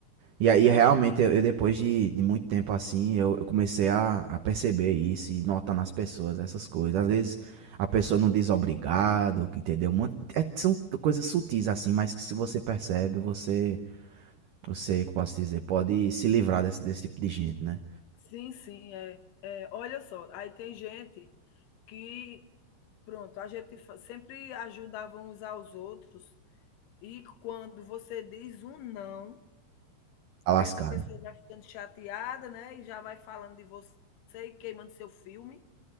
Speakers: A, on the right; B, on the left.
A: E aí, realmente, eu, eu depois de, de muito tempo assim, eu, eu comecei a, a perceber isso e notar nas pessoas essas coisas. Às vezes, a pessoa não diz obrigado, entendeu? Uma- é- são coisas sutis assim, mas que se você percebe, você, você, como posso dizer, pode se livrar desse, desse tipo de gente, né?
B: Sim, sim, é. É, olha só, aí tem gente que, pronto, a gente fa sempre ajudava uns aos outros, e quando você diz um "não",
A: Tá lascado.
B: Essa pessoa vai ficando chateada, né, e já vai falando de você e queimando seu filme,